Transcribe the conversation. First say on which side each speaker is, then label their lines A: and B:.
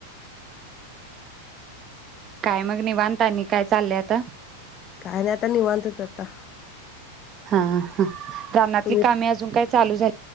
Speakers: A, on the right (about 30°); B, on the left (about 35°).
A: काय मग निवांत आणि काय चाललंय आता?
B: काय नाही आता निवांतच आता.
A: हा हा, रानातली
B: तुम्ही
A: कामे अजून काय चालू झाली.